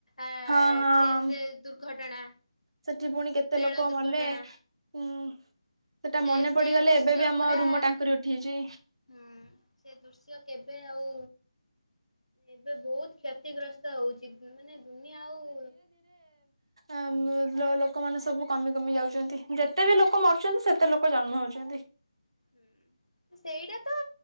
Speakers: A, on the left; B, on the right.
A: ଏଁ
B: ହଁ ହଁ
A: ଟ୍ରେନରେ ଦୁର୍ଘଟଣା।
B: ସେଠି ପୁଣି କେତେ
A: ରେଳ
B: ଲୋକ
A: ଦୁର୍ଘଟଣା
B: ମଲେ ଉଁ ସେଟା
A: ସେ
B: ମନେ
A: ସେ
B: ପଡିଗଲେ
A: ଦୃଶ୍ୟ
B: ଏବେ ବି ଆମ
A: ପୁରା
B: ରୁମ ଟାଙ୍କୁରି ଉଠିଛି।
A: ହୁଁ ସେ ଦୃଶ୍ୟ କେବେ ଆଉ ଏବେ ବହୁତ କ୍ଷତିଗ୍ରସ୍ତ ହଉଛି ମାନେ ଦୁନିଆ ଆଉ
B: ଆମୁ ଲୋକମାନେ ସବୁ କମି କମି ଯାଉଛନ୍ତି ଯେତେ ବି ଲୋକ ମରୁଛନ୍ତି ସେତେ ଲୋକ ଜନ୍ମ ହଉଛନ୍ତି।
A: ହୁଁ ସେଇଟା ତ